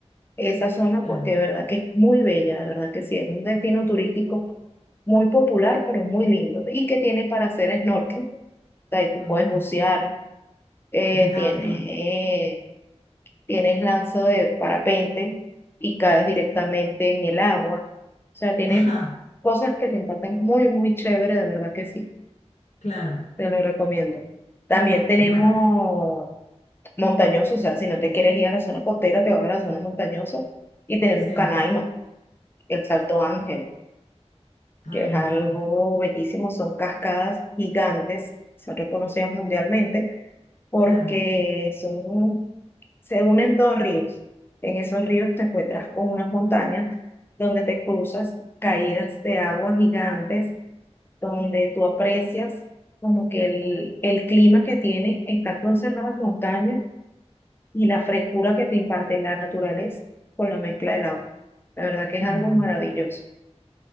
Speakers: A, on the left; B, on the left.
A: esa zona
B: claro.
A: porque de verdad que es muy bella, de verdad que sí, es un destino turístico muy popular, pero muy lindo. ¿Y que tiene para hacer snorkeling? O sea, y tú
B: Ah,
A: puedes bucear, eh,
B: me encanta.
A: tienes, eh, tienes lanza de parapente y caes directamente en el agua. O sea, tiene
B: <laughs> Ajá,
A: cosas que te imparten muy, muy chévere, de verdad que sí,
B: claro.
A: te lo recomiendo. También tenemos
B: Bueno, eh,
A: montañosos, o sea, si no te quieres ir a la zona costera, te vas a la zona montañosa y tenemos
B: sí.
A: Canaima. el Salto Ángel,
B: Ah,
A: que es
B: mira,
A: algo bellísimo, son cascadas gigantes, son reconocidas mundialmente porque
B: claro,
A: son, se unen dos ríos. En esos ríos te encuentras con unas montañas donde te cruzas caídas de agua gigantes, donde tú aprecias como que el, el clima que tiene estar conservado en montaña y la frescura que te imparte la naturaleza con la mezcla del agua. La verdad que
B: claro.
A: es algo maravilloso.